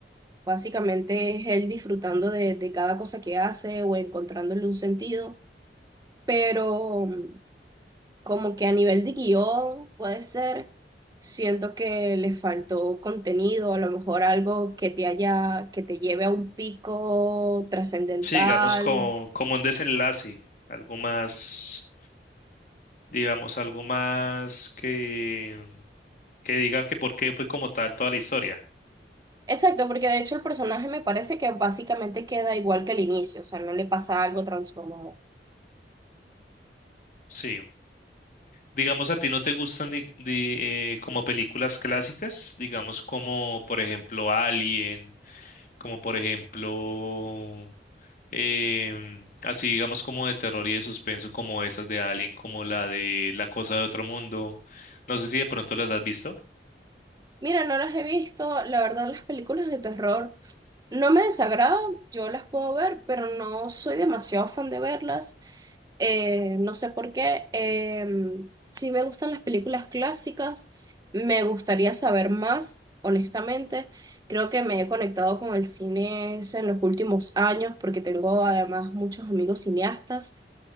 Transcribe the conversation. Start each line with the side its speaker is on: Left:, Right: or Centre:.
Right: básicamente es él disfrutando de, de cada cosa que hace o encontrándole un sentido. Pero mm, como que a nivel de guión puede ser, siento que le faltó contenido, a lo mejor algo que te haya, que te lleve a un pico trascendental
Left: Sí, digamos como, como un desenlace, algo más. digamos, algo más que, que diga que por qué fue como tal toda la historia.
Right: Exacto, porque de hecho el personaje me parece que básicamente queda igual que el inicio, o sea, no le pasa algo transformado.
Left: Sí. Digamos, a ti no te gustan di- di- eh, como películas clásicas, digamos, como por ejemplo Alien, como por ejemplo, em, así digamos como de terror y de suspenso, como esas de Alien, como la de La Cosa de Otro Mundo. No sé si de pronto las has visto.
Right: Mira, no las he visto, la verdad las películas de terror no me desagradan, yo las puedo ver, pero no soy demasiado fan de verlas, eh, no sé por qué. eh, sí me gustan las películas clásicas, me gustaría saber más, honestamente. Creo que me he conectado con el cine es en los últimos años porque tengo además muchos amigos cineastas.